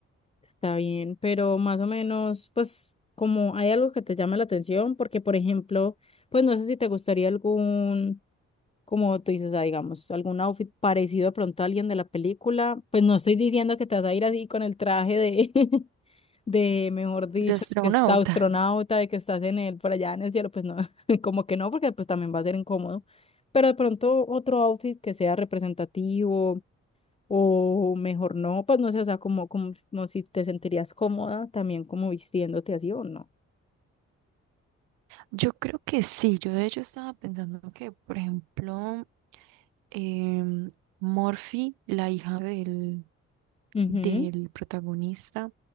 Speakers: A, on the left; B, on the right.
A: Está bien, pero más o menos, pues, como hay algo que te llame la atención, porque, por ejemplo, pues no sé si te gustaría algún, como tú dices, ah, digamos, algún outfit parecido de pronto a alguien de la película. Pues no estoy diciendo que te vas a ir así con el traje de, <laughs> de, mejor dicho,
B: El de astronauta.
A: que está astronauta, de que estás en el, por allá en el cielo, pues no, <laughs> como que no, porque pues también va a ser incómodo. Pero de pronto otro outfit que sea representativo o mejor no, pues no sé, o sea, como, como, como si te sentirías cómoda también como vistiéndote así o no.
B: Yo creo que sí. Yo de hecho estaba pensando que, por ejemplo, em, Morphy, la hija del,
A: Ujú.
B: del protagonista,